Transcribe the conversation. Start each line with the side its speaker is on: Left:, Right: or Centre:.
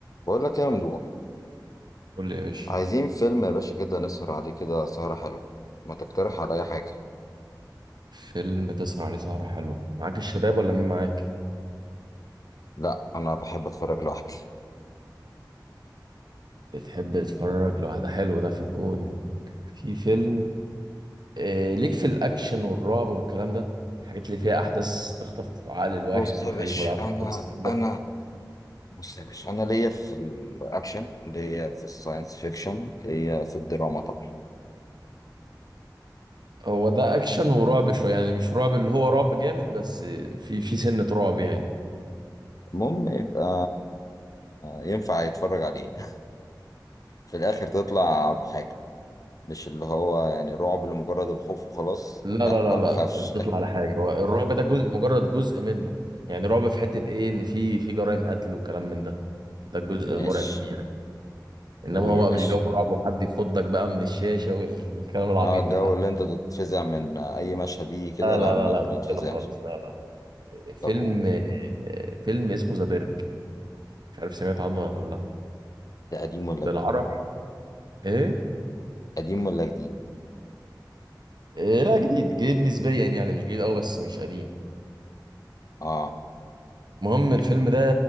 Left: بقول لك إيه يا ممدوح
Right: قول لي يا باشا
Left: عايزين فيلم يا باشا كده نسهر عليه كده سهرة حلوة ما تقترح عليا حاجة
Right: فيلم تسهر عليه سهرة حلوة معاك الشباب ولا مين معاك
Left: لا أنا بحب أتفرج لوحدي
Right: بتحب تتفرج لو ده حلو ده في الجون في فيلم آه ليك في الأكشن والرعب والكلام ده الحاجات اللي فيها أحداث تخطف عقل الواحد
Left: بص
Right: دي
Left: يا
Right: تخليك
Left: باشا
Right: ما تعرفش
Left: أنا
Right: تبص جنبك
Left: أنا بص يا باشا أنا ليا في الأكشن ليا في الساينس فيكشن ليا في الدراما طبعا
Right: هو ده أكشن ورعب شوية يعني مش رعب اللي هو رعب جامد بس آه، في في سنة رعب يعني
Left: المهم يبقى ينفع يتفرج عليه <laughs> في الآخر تطلع بحاجة مش اللي هو يعني رعب لمجرد الخوف وخلاص
Right: لا
Left: لا
Right: لا
Left: ما
Right: لا لا
Left: بخافش
Right: بتطلع على حاجة هو الرعب ده جزء مجرد جزء منه يعني رعب في حتة إيه إن في في جرائم قتل وكلام من ده ده الجزء
Left: <laughs> ماشي
Right: المرعب فيه انما
Left: قول
Right: هو
Left: يا
Right: بقى
Left: باشا
Right: مش جو رعب وحد يخضك بقى من الشاشه وال- والكلام العبيط
Left: اه الجو
Right: ده
Left: اللي انت تتفزع من اي مشهد دي كده
Right: لا
Left: لا
Right: لا
Left: ما
Right: لا لا لا
Left: بتفزعش
Right: لا، كده خالص لا لا فيلم
Left: طب قول
Right: فيلم اسمه ذا بيرج مش عارف سمعت عنه ولا لا
Left: ده قديم ولا
Right: بالعربي
Left: جديد
Right: ايه
Left: قديم ولا جديد
Right: إيه، لا جديد جديد نسبيا يعني مش جديد قوي بس مش قديم
Left: اه
Right: المهم الفيلم ده